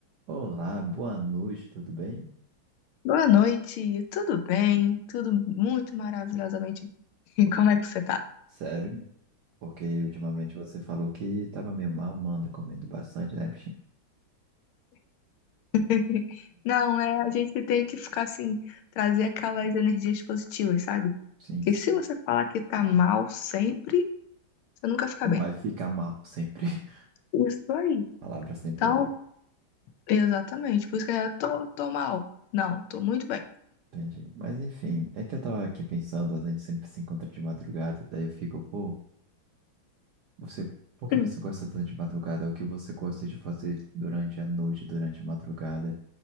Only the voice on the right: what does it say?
Olá, boa noite, tudo bem?
Sério? Porque ultimamente você falou que tava meio mal, não anda comendo bastante, né, bichinho?
Sim,
sim.
Vai
ficar mal sempre. <laughs>
Palavras sem
poder,
entendi. Mas enfim, é que eu tava aqui pensando, a gente sempre se encontra de madrugada, daí eu fico, pô, você, por que
você gosta tanto de madrugada? É o que você gosta de fazer durante a noite, durante a madrugada?